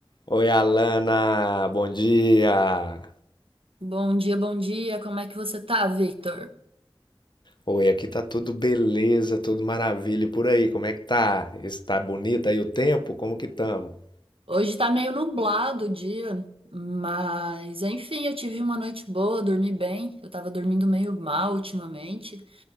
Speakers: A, on the left; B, on the right.
A: Oi, Alana, bom dia.
B: Bom dia, bom dia. Como é que você tá, Victor?
A: Oi, aqui tá tudo beleza, tudo maravilha. E por aí, como é que tá? Está bonito aí o tempo? Como que tamo?
B: Hoje tá meio nublado o dia, mas enfim, eu tive uma noite boa, dormi bem. Eu tava dormindo meio mal ultimamente